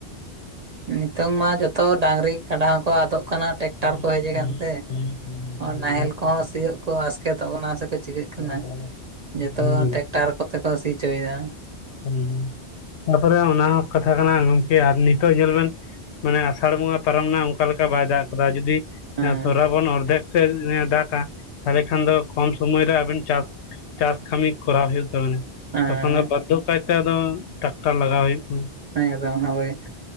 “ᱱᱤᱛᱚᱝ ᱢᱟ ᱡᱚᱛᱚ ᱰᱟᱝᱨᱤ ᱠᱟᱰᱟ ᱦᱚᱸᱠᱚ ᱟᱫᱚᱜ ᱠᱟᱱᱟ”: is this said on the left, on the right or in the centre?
Right